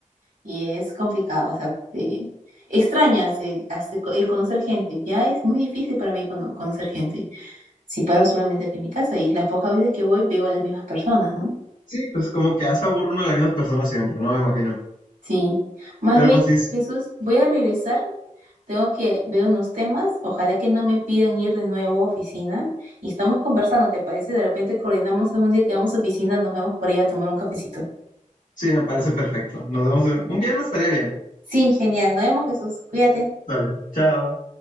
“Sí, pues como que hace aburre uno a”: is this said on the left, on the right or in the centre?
Left